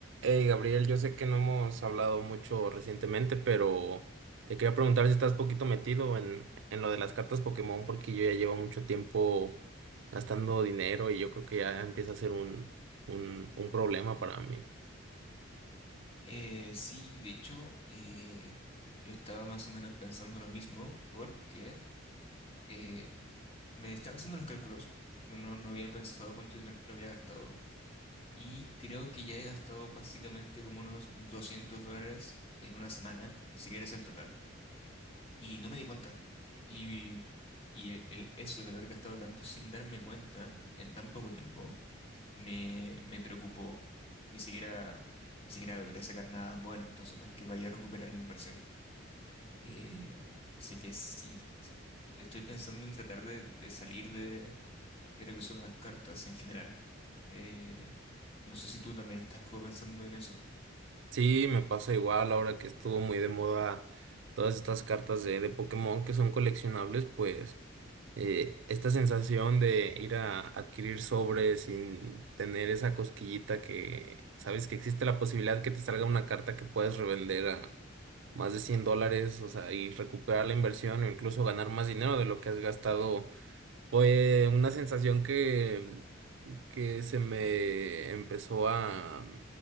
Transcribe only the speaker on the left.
Eh, sí, de hecho, eh, yo estaba más o menos pensando lo mismo porque eh, me estaba haciendo los cálculos, no, no no había pensado cuánto dinero había gastado y creo que ya he gastado básicamente como unos 200 dólares en una semana, ni siquiera es el total, y no me di cuenta. Y, y el, el- eso, el haber gastado tanto sin darme cuenta en tan poco tiempo, me, me preocupó. Ni siquiera, ni siquiera logré sacar nada bueno, entonces no es que vaya a recuperar la inversión. Eh, así que sí, estoy pensando en tratar de, de salir de, de lo que son las cartas en general. Eh, no sé si tú también estás como pensando en eso.